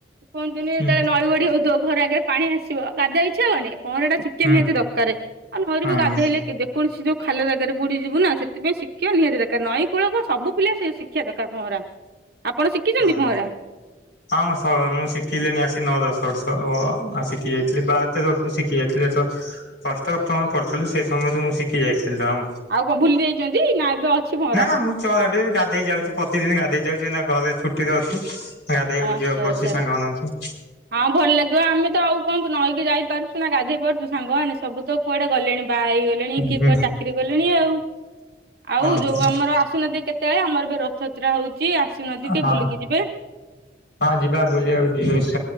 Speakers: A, on the right; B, on the left.
A: କୁହନ୍ତୁ
B: ହୁଁ
A: ଯେତେବେଳେ ନଈ ବଢି ହଉଥିବ ଘରେ ଆଗରେ ପାଣି ଆସିବ ଗାଧେଇ ଇଚ୍ଛା ହବନି ପହର ଟା ଚିକେ
B: ହୁଁ
A: ନିହାତି ଦରକାର ଆଉ ନହେ
B: ହଁ
A: ବି ଗାଧୋଇଲେ ଦେ କୌଣସି ଯୋଉ ଖାଲି ଜାଗାରେ ବୁଡିଯିବୁ ନା ସେଥିପାଇଁ ଶିକ୍ଷା ନିହାତି ଦରକାର ନଈ କୂଳ ସବୁ ପିଲା ସେ ଶିକ୍ଷା ଦରକାର ପହଁରା ଆପଣ ଶିଖିଛନ୍ତି
B: ହଁ।
A: ପହଁରା?
B: ହଁ ସ ମୁଁ ଶିଖିଲିଣି ଆସି ନଅ ଦଶ ବର୍ଷ ଶିଖି ଯାଇଥିଲି ବାର ତେର ବର୍ଷରୁ ଶିଖି ଯାଇଥିଲି ତ <unintelligible> ପଢୁଥିଲି ସେ ସମୟରେ ମୁଁ ଶିଖି ଯାଇଥିଲି ର
A: ଆଉ କଣ ଭୁଲି ଯାଇଛନ୍ତି ନା ଏବେ ଅଛି ପହଁରା?
B: ନା ନା ମୁଁ ଚ ଏବେ ବି ଗାଧେଇ ଯାଉଛି ପ୍ରତିଦିନ ଗାଧେଇ ଯାଉଛି ନା ଘରେ ଛୁଟିରେ ଅଛୁ ଗାଧୋଇବାକୁ
A: ଆଚ୍ଛା
B: ଯିବାକୁ ପଡୁଛି
A: ଆଚ୍ଛା।
B: ସାଙ୍ଗମାନଙ୍କ
A: ହଁ ଭଲ ଲାଗିବ ଆମେ ତ ଆଉ କଣ ନଈକି ଯାଇପାରୁଛୁ ନା ଗାଧେଇ ପାରୁଛୁ ସାଙ୍ଗମାନେ ସବୁ ତ କୁଆଡେ ଗଲେଣି? ବାହା ହେଇଗଲେଣି
B: ହୁଁ
A: କିଏ
B: ହୁଁ
A: କ ଚାକିରି କଲେଣି ଆଉ ଆଉ
B: ହଁ
A: ଯୋଉ ଆମର ଆସୁନାହାନ୍ତି କେତେବେଳେ ଆମର ଏବେ ରଥଯାତ୍ରା ହଉଛି ଆସୁନା ଟିକେ
B: ହଁ।
A: ବୁଲିକି ଯିବେ
B: ହଁ ଯିବା ବୁଲିବାକୁ ଜି